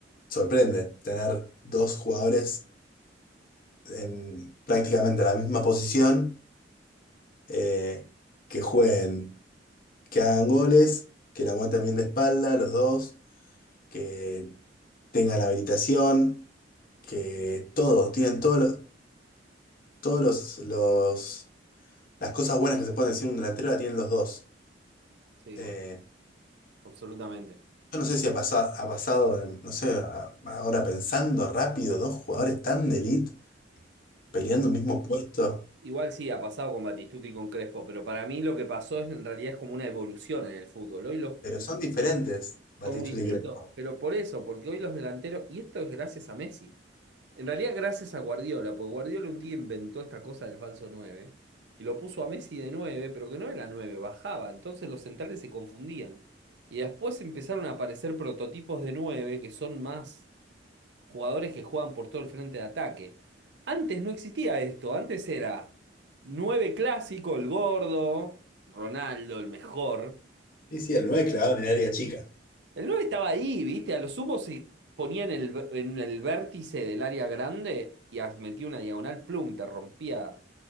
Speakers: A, on the left (about 50°); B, on the right (about 70°).
A: sorprende tener dos jugadores en prácticamente la misma posición, eh, que jueguen, que hagan goles, que la aguanten bien de espalda los dos, que tengan habilitación, que todo, tienen todos los, todos los, los- las cosas buenas que se pueden decir un delantero la tienen los dos.
B: Sí,
A: Eh,
B: bueno, absolutamente.
A: Yo no sé si ha pasado, ha pasado, en- no sé, a- ahora pensando rápido, dos jugadores tan de elite peleando un mismo puesto,
B: Igual sí, ha pasado con Batistuta y con Crespo, pero para mí lo que pasó es, en realidad es como una evolución en el fútbol. Hoy los,
A: pero son diferentes, Batistuta
B: son muy distintos.
A: y Crespo.
B: Pero por eso, porque hoy los delanteros, y esto es gracias a Messi, en realidad gracias a Guardiola, porque Guardiola un día inventó esta cosa del falso nueve y lo puso a Messi de 9 pero que no era 9 bajaba, entonces los centrales se confundían. Y después empezaron a aparecer prototipos de 9 que son más jugadores que juegan por todo el frente de ataque. Antes no existía esto, antes era 9 clásico, el gordo, Ronaldo, el mejor.
A: Sí, sí, el 9 clavado en el área chica.
B: El 9 estaba ahí, ¿viste? A lo sumo se ponía en el, en el vértice del área grande y as- metía una diagonal, plum, te rompía